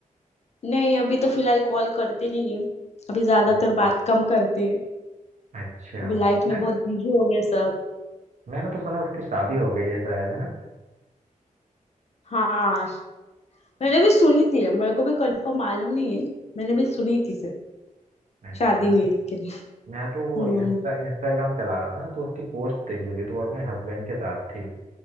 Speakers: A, on the left; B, on the right.
A: नहीं अभी तो फिलहाल कॉल करते नहीं है अभी ज्यादातर
B: अच्छा
A: बात कम करते हैं
B: अच्छा
A: अभी लाइफ
B: मैंने
A: में बहुत बिजी हो गए सब
B: मैंने तो सुना उसकी शादी हो गई है शायद है ना
A: हाँ मैंने भी सुनी थी मेरे को भी कंफर्म मालूम नहीं है मैंने भी सुनी थी सर
B: अच्छा
A: शादी हुई के लिए
B: मैं तो वो
A: हम्म
B: इंस्टा इंस्टाग्राम चला रहा था तो उसकी पोस्ट देखी थी तो वो अपने हस्बैंड के साथ थी